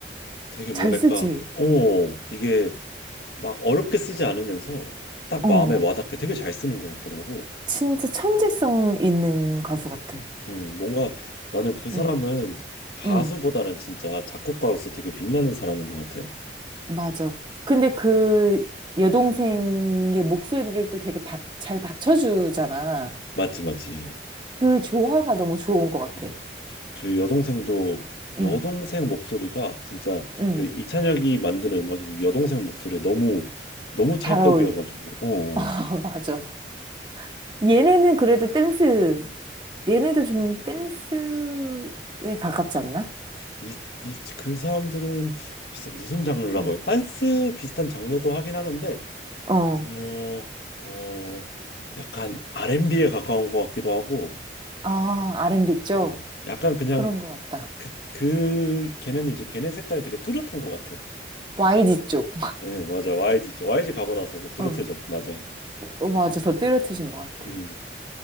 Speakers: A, on the left; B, on the right.
A: 되게
B: 잘
A: 뭐랄까,
B: 쓰지.
A: 어, 이게 막 어렵게 쓰지 않으면서 딱
B: 어,
A: 마음에 와닿게 되게 잘 쓰는 것 같더라고.
B: 진짜 천재성 있는 가수 같아.
A: 음, 뭔가 나는 그 사람은
B: 응,
A: 가수보다는
B: 응,
A: 진짜 작곡가로서 되게 빛나는 사람인 것 같아.
B: 맞아. 근데 그 여동생의 목소리를 또 되게 받- 잘 받쳐주잖아.
A: 맞지, 맞지.
B: 그 조화가 너무 좋은 것 같아.
A: 음. 그 여동생도
B: 응,
A: 여동생 목소리가 진짜
B: 응.
A: 그 이찬혁이 만드는 음악이 그 여동생 목소리에 너무 너무 찰떡이어가지고
B: 잘 어울려. <laughs>
A: 어.
B: 아, 맞아.
A: 어.
B: 얘네는 그래도 댄스, 얘네도 좀 댄스에 가깝지 않나?
A: 이, 이, 그 사람들은 글쎄 무슨 장르라고
B: 응.
A: 해요? 댄스 비슷한 장르도 하긴 하는데
B: 어.
A: 어, 어, 약간 R&B에 가까운 것 같기도 하고
B: 아, R&B 쪽?
A: 음. 약간 그냥
B: 그런 것 같다.
A: 그, 그 걔네는 이제 걔네 색깔이 되게 뚜렷한 것 같아.
B: YG 쪽.
A: 네, 맞아. YG 쪽 YG 가고 나서서 뚜렷해졌고
B: 어.
A: 맞아.
B: 어, 맞아. 더 뚜렷해진 것 같아.
A: 음.